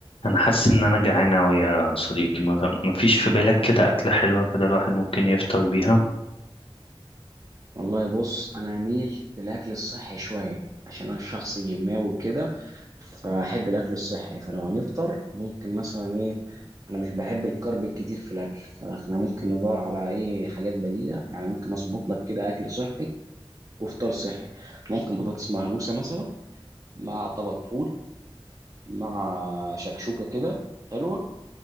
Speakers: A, on the left; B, on the right.
A: انا حاسس ان انا جعان اوي يا صديقي ما ما فيش في بالك كده اكله حلوه كده الواحد ممكن يفطر بيها
B: والله بص انا اميل للاكل الصحي شويه عشان انا شخص جماوي وكده فاحب الاكل الصحي فلو هنفطر ممكن مثلا ايه انا مش بحب الكرب الكتير في الاكل فاحنا ممكن ندور على ايه حاجات بديله يعني ممكن اظبط لك كده اكل صحي وفطار صحي ممكن بطاطس مهروسه مثلا مع طبق فول مع شكشوكه كده حلوه